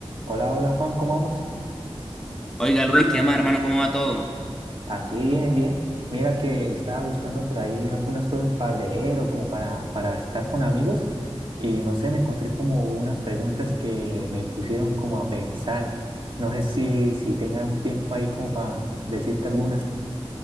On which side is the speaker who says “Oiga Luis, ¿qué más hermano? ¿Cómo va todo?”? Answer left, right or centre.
Centre